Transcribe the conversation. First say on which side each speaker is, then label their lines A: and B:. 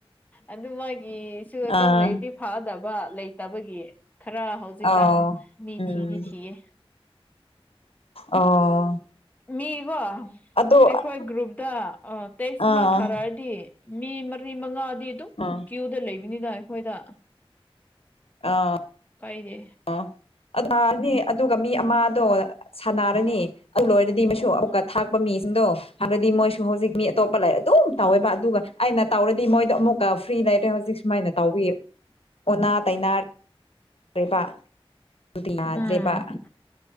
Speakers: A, on the left; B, on the left.
A: ꯑꯗꯨ ꯃꯥꯒꯤꯁꯨ ꯑꯦꯀꯥꯎꯟ
B: ꯑꯥ
A: ꯂꯩꯔꯤꯗꯤ ꯐꯥꯗꯕ ꯂꯩꯇꯕꯒꯤ ꯈꯔ ꯍꯧꯖꯤꯛꯀꯥꯟ
B: ꯑꯧ
A: ꯃꯤ
B: ꯎꯝ
A: ꯊꯤꯗꯤ ꯊꯤꯌꯦ
B: ꯑꯣ
A: ꯃꯤꯀꯣ
B: ꯑꯗꯣ
A: ꯑꯩꯈꯣꯏ
B: ꯑꯥ
A: ꯒ꯭ꯔꯨꯞꯇ ꯇꯦꯛꯁ
B: ꯑꯥ
A: ꯑꯃ ꯊꯥꯔꯛꯑꯗꯤ ꯃꯤ ꯃꯔꯤ ꯃꯉꯥꯗꯤ ꯑꯗꯨꯝ
B: ꯑꯥ
A: ꯀ꯭ꯌꯨꯗ ꯂꯩꯕꯅꯤꯗ ꯑꯩꯈꯣꯏꯗ
B: ꯑꯥ
A: ꯀꯥꯏꯗꯦ
B: ꯑꯣ ꯑꯗꯨ ꯑꯗꯨꯒ ꯃꯤ ꯑꯃꯗꯣ ꯁꯥꯟꯅꯔꯅꯤ ꯑꯗꯨ ꯂꯣꯏꯔꯗꯤ ꯑꯃꯨꯛꯀ
A: ꯎꯝ
B: ꯊꯥꯛꯄ ꯃꯤꯁꯤꯡꯗꯣ ꯍꯥꯏꯕꯗꯤ ꯃꯣꯏꯁꯨ ꯍꯧꯖꯤꯛ ꯃꯤ ꯑꯇꯣꯞꯄ ꯂꯥꯏꯔꯤ ꯑꯗꯨꯝ
A: ꯎꯝ
B: ꯇꯧꯋꯦꯕ ꯑꯗꯨꯒ ꯑꯩꯅ ꯇꯧꯔꯗꯤ ꯃꯣꯏꯗꯣ ꯑꯃꯨꯛꯀ ꯐ꯭ꯔꯤ ꯂꯩꯔꯦ ꯍꯧꯖꯤꯛ ꯁꯨꯃꯥꯏꯅ ꯇꯧꯕꯤ ꯑꯣꯅꯥ ꯇꯩꯅꯥ ꯔꯦꯕ ꯑꯗꯨꯗꯤ ꯌꯥꯗ꯭ꯔꯦꯕ
A: ꯎꯝ